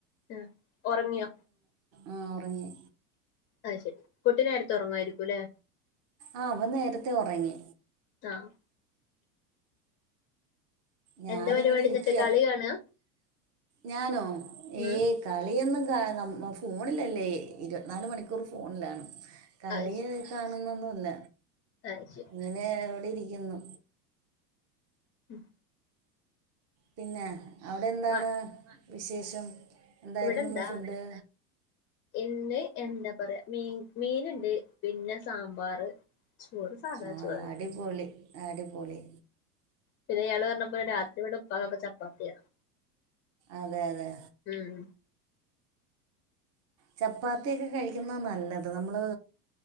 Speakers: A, on the left (about 25°); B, on the right (about 30°).
A: ആഹ് ഉറങ്ങിയോ
B: ആഹ് ഉറങ്ങി
A: അത് ശെരി കുട്ടി നേർത്തെ ഉറങ്ങുവായിരിക്കുലേ
B: ആഹ് അവൻ നേരത്തെ ഉറങ്ങി
A: ആഹ്
B: ഞാനിങ്ങനെ
A: എന്താ പരിപാടി
B: ഇരിക്ക
A: എന്നിട്ട് കളി കാണാ
B: ഞാനോ
A: ഉം
B: ഏയ് കളി ഒന്നും കാണും നമ്മ ഫോണിലല്ലേ ഇരുപത്തിനാല് മണിക്കൂറും ഫോണിലാണ് കളിയ്
A: അത് ശരി
B: കാണൊ ന്നു ഒന്നുല്ല
A: അത് ശരി
B: ഇങ്ങനെ ഇവിടെ ഇരിക്കുന്നു
A: ഉം
B: പിന്നെ അവിടെ എന്താണ്
A: മ
B: വിശേഷം എന്തായിരുന്നു
A: ഇവിടെന്താ
B: ഇന്ന് ഫുഡ്
A: ഇന്ന് എന്താ പറയാ മീൻ മീൻ ഉണ്ട് പിന്നെ സാമ്പാർ ചോറ് സാധ
B: ആ
A: ചോറ്
B: അടിപൊളി അടിപൊളി
A: പിന്നെ ഇയാള് പറഞ്ഞപ്പോഴ രാത്രി ഇവിടെ ഉപ്പാക്കൊക്കെ ചപ്പാത്തിയാണ്
B: അതെ അതെ
A: ഉം
B: ചപ്പാത്തിയൊക്കെ കഴിക്കുന്ന നല്ലത് നമ്മള്